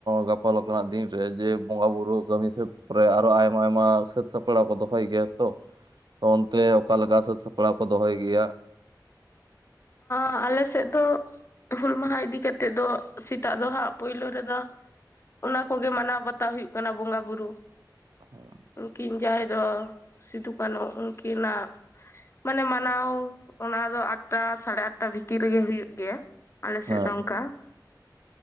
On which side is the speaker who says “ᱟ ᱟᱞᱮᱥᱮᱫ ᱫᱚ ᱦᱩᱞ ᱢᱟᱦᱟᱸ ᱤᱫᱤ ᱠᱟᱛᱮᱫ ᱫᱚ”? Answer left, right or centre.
Left